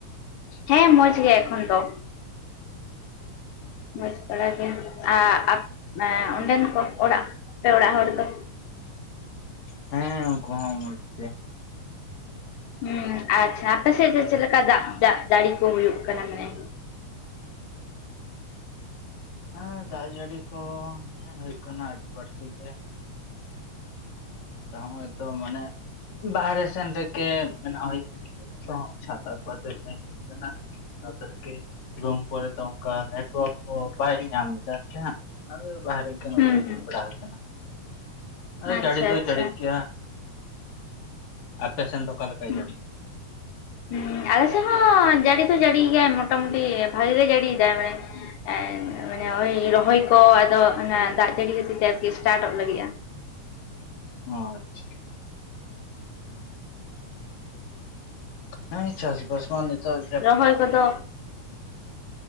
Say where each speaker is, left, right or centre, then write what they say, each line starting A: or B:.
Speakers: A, on the left (about 80°); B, on the left (about 70°).
A: ᱦᱮᱸ ᱢᱚᱡᱽ ᱜᱮ ᱮᱠᱷᱚᱱ ᱫᱚ ᱾ ᱢᱚᱡᱽ ᱵᱟᱲᱟ ᱜᱮ ᱟ ᱟᱨ ᱮᱸ ᱚᱸᱰᱮᱱ ᱠᱚ ᱚᱲᱟᱜ ᱟᱯᱮ ᱚᱲᱟᱜ ᱦᱚᱲ ᱫᱚ
B: ᱦᱮᱸ ᱩᱱᱠᱩ ᱦᱚᱸ ᱢᱚᱡᱽ ᱜᱮ ᱾
A: ᱦᱩᱸ ᱟᱪᱪᱷᱟ ᱟᱯᱮ ᱥᱮᱫ ᱫᱚ ᱪᱮᱫ ᱞᱮᱠᱟ ᱫᱟᱜ ᱫᱟᱜ ᱡᱟᱹᱲᱤ ᱠᱚ ᱦᱩᱭᱩᱜ ᱠᱟᱱᱟ ᱢᱟᱱᱮ?
B: ᱦᱮᱸ ᱫᱟᱜ ᱡᱟᱹᱲᱤ ᱠᱚ ᱦᱮᱸ ᱦᱩᱭᱩᱜ ᱠᱟᱱᱟ ᱟᱹᱰᱤ ᱵᱟᱹᱲᱛᱤ ᱜᱮ। ᱦᱚᱸᱜ-ᱚᱭ ᱛᱚ ᱢᱟᱱᱮ ᱵᱟᱨᱦᱮ ᱥᱮᱱ ᱛᱷᱮᱠᱮ ᱢᱮᱱᱟᱜ ᱦᱩᱭᱩᱜ। <unintelligible> ᱪᱷᱟᱛᱟ ᱠᱚ ᱟᱛᱮᱡ ᱦᱮᱡ ᱠᱟᱱᱟ ᱪᱷᱟᱸᱫ ᱨᱮᱜᱮ ᱨᱩᱢ ᱠᱚᱨᱮ ᱫᱚ ᱚᱱᱠᱟ ᱱᱮᱴᱣᱟᱨᱠ ᱠᱚ ᱵᱟᱭ ᱧᱟᱢ ᱮᱫᱟ ᱥᱮ ᱦᱟᱸᱜ ᱾ ᱟᱫᱚ ᱵᱟᱦᱨᱮ ᱜᱮ ᱱᱚᱛᱮ
A: ᱦᱩᱸ
B: ᱫᱩᱲᱩᱵ
A: ᱦᱩᱸ
B: ᱵᱟᱲᱟ ᱦᱩᱭ ᱠᱟᱱᱟ ᱟᱫᱚ
A: ᱟᱪᱪᱷᱟ
B: ᱡᱟᱹᱲᱤ ᱫᱚ
A: ᱟᱪᱪᱷᱟ
B: ᱾ ᱡᱟ ᱟᱯᱮ ᱥᱮᱱ ᱫᱚ ᱚᱠᱟ ᱞᱮᱠᱟᱭ
A: ᱦᱩᱸ
B: ᱡᱟᱹᱲᱤ ᱾
A: ᱦᱩᱸ ᱟᱞᱮ ᱥᱮᱫ ᱦᱚᱸ ᱡᱟᱹᱲᱤ ᱛᱚ ᱡᱟᱹᱲᱤᱭᱮᱫ ᱜᱮᱭᱟᱭ ᱢᱚᱴᱟᱢᱩᱴᱤ ᱵᱷᱟᱜᱮ ᱜᱮ ᱡᱟᱹᱲᱤᱭᱮᱫᱟᱭ ᱢᱟᱱᱮ ᱾ ᱮᱸᱜ ᱢᱟᱱᱮ ᱳᱭ ᱨᱚᱦᱚᱭ ᱠᱚ ᱟᱫᱚ ᱚᱱᱟ ᱫᱟᱜ ᱡᱟᱹᱲᱤ ᱠᱷᱟᱹᱛᱤᱨ ᱛᱮ ᱟᱨᱠᱤ ᱮᱥᱴᱟᱴᱚᱜ ᱞᱟᱹᱜᱤᱫᱼᱟ।
B: ᱚ ᱟᱪᱪᱷᱟ ᱦᱮᱸ ᱪᱟᱥᱵᱟᱥ ᱢᱟᱱ ᱱᱤᱛᱚᱜ ᱡᱟᱯᱩᱫ
A: ᱚᱚᱭ ᱠᱚᱫᱚ